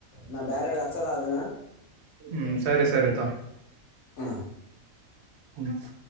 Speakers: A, on the left; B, on the right.
A: ನಾ ಬ್ಯಾರರ್ಗೆ ಅಚ್ಚನ ಅದನ.
B: ಹ್ಮ್ ಸರಿ ಸರಿ ತ.
A: ಹ್ಮ್
B: ಹ್ಮ್